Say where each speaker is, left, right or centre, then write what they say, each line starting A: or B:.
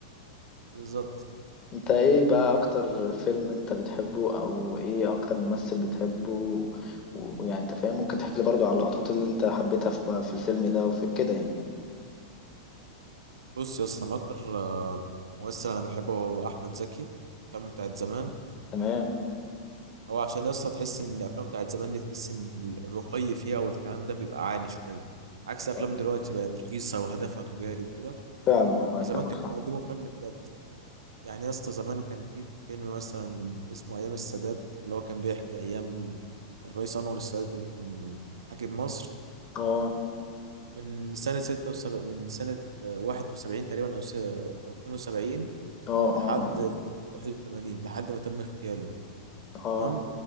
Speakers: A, on the right; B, on the left.
A: بالظبط
B: انت ايه بقى اكتر فيلم انت بتحبه او ايه اكتر ممثل بتحبه و- ويعني انت فاهم ممكن تحكي لي برضو على اللقطات اللي انت حبيتها في, في الفيلم ده وفي كده يعني
A: بص يا اسطى أنا أكتر آه، ممثل أنا بحبه هو أحمد زكي أفلامه بتاعت زمان
B: تمام
A: هو عشان يا اسطى تحس إن الأفلام بتاعت زمان دي تحس إن الرقي فيها والكلام ده بيبقى عالي شوية عكس أفلام
B: آه،
A: دلوقتي بقت رخيصة وهدفها تجاري وكده
B: فعلا والله
A: زمان
B: كلامك
A: كانوا
B: صح
A: بيقدموا فن بجد يعني يا اسطى زمان كان في فيلم مثلا اسمه ايام السادات اللي هو كان بيحكي ايام الرئيس انور السادات اللي كان حاكم مصر
B: اه
A: من سنة ستة وسبعين من سنة واحد وسبعين تقريبا أو س... أو اتنين وسبعين
B: اه
A: لحد
B: اه اه
A: واحد وتمانين لحد ما تم اغتياله
B: آه،
A: تمام